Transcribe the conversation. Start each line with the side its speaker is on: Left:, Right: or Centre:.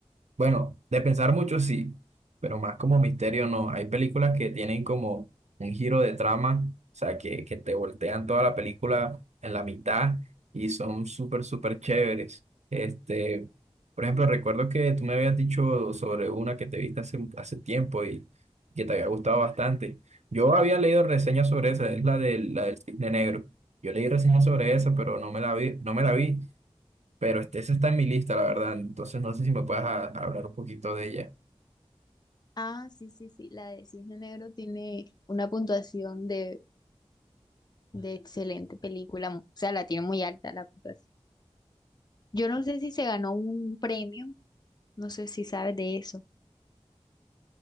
Right: Bueno, de pensar mucho sí, pero más como misterio no. Hay películas que tienen como un giro de trama, o sea, que, que te voltean toda la película en la mitad y son súper, súper chéveres. Este, por ejemplo, recuerdo que tú me habías dicho sobre una que te viste hace, hace tiempo y que te había gustado bastante. Yo había leído reseñas sobre esa, es la del, la del Cisne Negro. Yo leí reseñas sobre esa, pero no me la vi, no me la vi pero este, esa está en mi lista, la verdad. Entonces no sé si me puedes a- hablar un poquito de ella.
Left: Ah, sí, sí, sí, la de Cisne Negro tiene una puntuación de, de excelente película, o sea, la tiene muy alta la puntuación. Yo no sé si se ganó un premio No sé si sabes de eso.